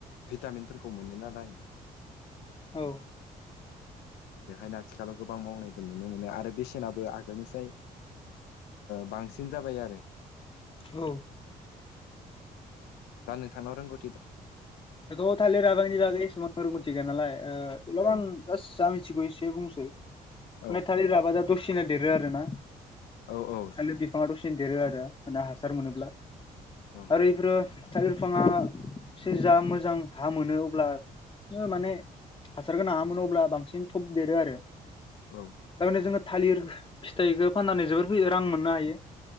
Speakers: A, on the left; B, on the left.
A: भिटामिनफोरखौ मोनो नालाय
B: औ
A: बेहायनो आथिखालाव गोबां मावनायबो नुनो मोनो आरो बेसेनाबो आगोलनिफ्रायाय। बांसिन जाबाय आरो।
B: औ।
A: गाननो थाना रोंगौ
B: थ थालिर राबांनि लाागैसेबां रगथिगाया नालायबां।
A: औ
B: आ ज मिथिगौ एसे बुंसै माने
A: औ
B: थालिर रभा दा दसेना देरो आरो ना।
A: औ औ।
B: आलि बिफाङाथ' सिनदेरो आरो मान हासार मोनोब्ला
A: औ
B: आरो बेफोरो थागिर बिफाङा एसे जा मोजां हा मोनो अब्ला माने हासारखौ नाङामोन अब्ला बांसिन थब देरो आरो।
A: औ।
B: थारमाननो जोङो थालिर फिथाइखो फाननानै जोबोर रां मोननो हायो